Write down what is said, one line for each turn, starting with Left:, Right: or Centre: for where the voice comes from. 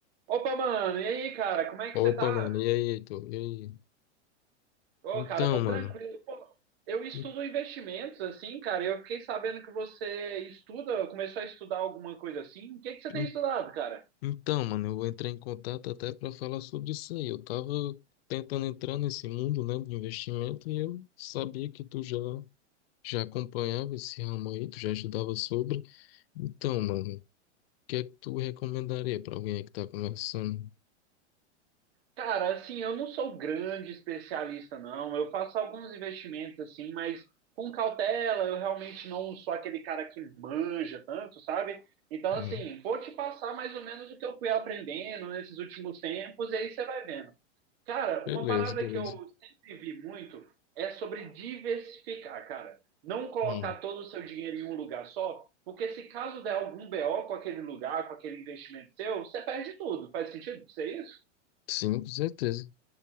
Right: Opa, mano, e aí, cara, como é que
Left: Opa,
Right: você tá?
Left: mano, e aí, Heitor? E aí?
Right: Ô,
Left: Então,
Right: cara, tô
Left: mano,
Right: tranquilo. Pô, eu estudo
Left: en-
Right: investimentos, assim, cara, e eu fiquei sabendo que você estuda, começou a estudar alguma coisa assim. O que que você
Left: en-
Right: tem estudado, cara?
Left: então, mano, eu vou entrar em contato até para falar sobre isso aí. Eu tava tentando entrar nesse mundo, né, de investimento e eu sabia que tu já já acompanhava esse ramo aí, tu já estudava sobre. Então, mano, o que é que tu recomendaria para alguém aí que tá começando?
Right: Cara, assim, eu não sou grande especialista, não. Eu faço alguns investimentos, assim, mas com cautela, eu realmente não sou aquele cara que manja tanto, sabe? Então,
Left: Hum,
Right: assim, vou te passar mais ou menos o que eu fui aprendendo nesses últimos tempos, e aí você vai vendo. Cara,
Left: beleza,
Right: uma parada
Left: beleza.
Right: que eu sempre vi muito é sobre diversificar, cara. Não colocar
Left: Hum,
Right: todo o seu dinheiro em um lugar só, porque se caso der algum BO com aquele lugar, com aquele investimento seu, você perde tudo. Faz sentido? Isso é isso?
Left: sim, com certeza.